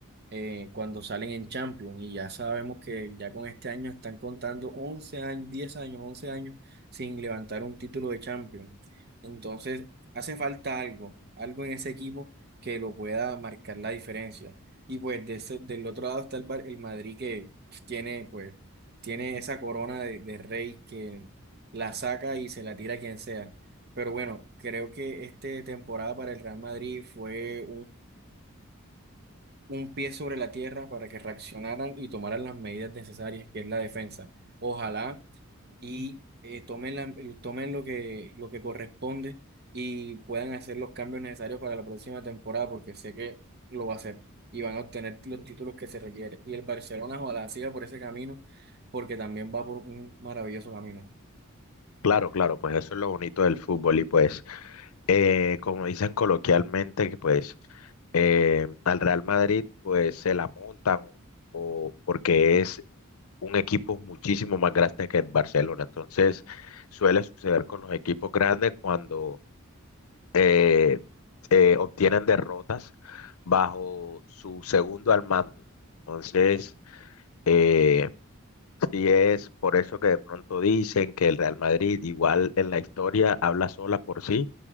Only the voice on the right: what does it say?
eh, cuando salen en Champions. Y ya sabemos que ya con este año están contando 11 años, 10 años, 11 años sin levantar un título de Champions. Entonces, hace falta algo, algo en ese equipo que lo pueda marcar la diferencia. Y pues de ese- del otro lado está el, Bar- el Madrid que tiene, pues, tiene esa corona de, de rey que la saca y se la tira a quien sea. Pero bueno, creo que esta temporada para el Real Madrid fue un pie sobre la tierra para que reaccionaran y tomaran las medidas necesarias, que es la defensa. Ojalá y eh, tomen, la- eh, tomen lo que, lo que corresponde y puedan hacer los cambios necesarios para la próxima temporada, porque sé que lo va a hacer y van a obtener los títulos que se requieren. Y el Barcelona ojalá siga por ese camino, porque también va por un maravilloso camino.